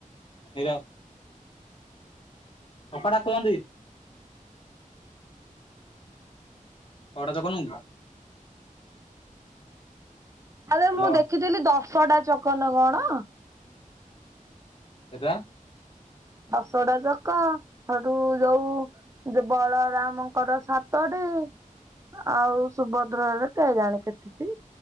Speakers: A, on the left (about 40°); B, on the right (about 20°).
A: ଏରା କପଡା କୁହନ୍ତି କି? ଛଅଟା ଚକ ନୁହଁ କି?
B: ଆରେ
A: ହ୍ୟାଲୋ
B: ମୁଁ ଦେଖିଥିଲି ଦଶଟା ଚକ ନା କଣ?
A: ଏଟା
B: ଦଶଟା ଚକ ହେଠୁ ଯୋଉ ଯୋଉ ବଳରାମଙ୍କର ସାତଟି ଆଉ ସୁଭଦ୍ରାର କେଇଜାଣି କେତିଟି?